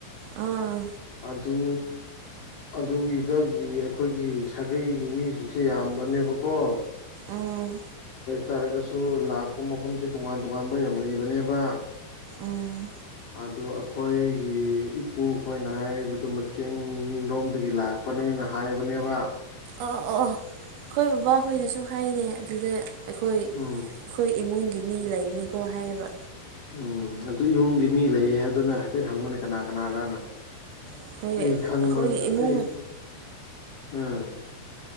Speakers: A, on the right; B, on the left.
A: ꯑꯥ
B: ꯑꯗꯨ ꯑꯗꯨꯒꯤꯗꯒꯤ ꯑꯩꯈꯣꯏꯒꯤ ꯁꯥꯒꯩꯒꯤ ꯃꯤꯁꯤꯡꯁꯦ ꯌꯥꯝꯕꯅꯦꯕꯀꯣ
A: ꯎꯝ
B: ꯇꯥꯔꯒꯁꯨ ꯂꯥꯛꯄ ꯃꯐꯝꯁꯦ ꯇꯣꯉꯥꯟ ꯇꯣꯉꯥꯟꯕ ꯌꯥꯝ ꯂꯩꯕꯅꯦꯕ
A: ꯎꯝ
B: ꯑꯗꯣ ꯑꯩꯈꯣꯏꯒꯤ ꯏꯄꯨ ꯈꯣꯏꯅ ꯍꯥꯏꯔꯤꯕꯗꯨ ꯃꯆꯦꯡꯔꯣꯝꯗꯒꯤ ꯂꯥꯛꯄꯅꯤꯅ ꯍꯥꯏꯕꯅꯤ ꯅꯦꯕ
A: ꯑ ꯑ ꯑꯩꯈꯣꯏ ꯕꯕꯥ ꯍꯣꯏꯅꯁꯨ ꯍꯥꯏꯅꯦ ꯑꯗꯨꯗ ꯑꯩꯈꯣꯏ
B: ꯎꯝ
A: ꯑꯩꯈꯣꯏ ꯏꯃꯨꯡ ꯒꯤ ꯃꯤ ꯂꯩꯕꯅꯤꯀꯣ ꯍꯥꯏꯌꯦꯕ
B: ꯎꯝ ꯑꯗꯨ ꯏꯃꯨꯡꯒꯤ ꯃꯤ ꯂꯩꯌꯦ ꯍꯥꯏꯕꯗꯨꯅ ꯍꯥꯏꯐꯦꯠ ꯍꯪꯉꯨꯅꯦ ꯀꯅꯥ ꯀꯅꯥꯔꯅ
A: ꯑꯩꯈꯣꯏ
B: ꯑꯩ ꯈꯪꯕ
A: ꯑꯩꯈꯣꯏꯒꯤ ꯏꯃꯨꯡ
B: ꯑꯩ ꯎꯝ